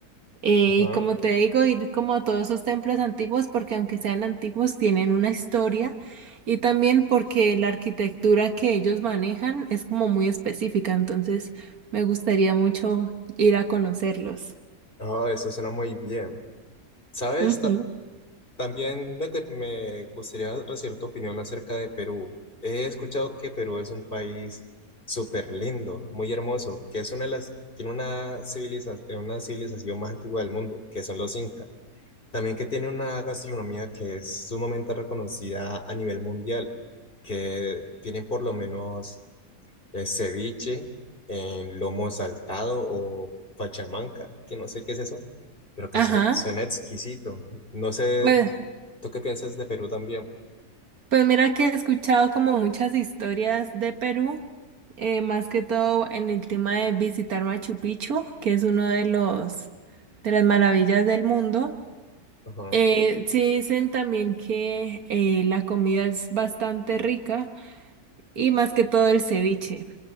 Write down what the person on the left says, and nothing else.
Ajá.
Ah, eso suena muy bien. ¿Sabes?
Ta- también me, gu- me gustaría recibir tu opinión acerca de Perú. He escuchado que Perú es un país súper lindo, muy hermoso, que es una de las, tiene una civiliza una civilización más antigua del mundo, que son los incas. También que tiene una gastronomía que es sumamente reconocida a nivel mundial, que tienen por lo menos el ceviche en lomo saltado o pachamanca, que no sé qué es eso, pero que
su- suena exquisito. No sé,
¿tú qué piensas de Perú también?
Ajá.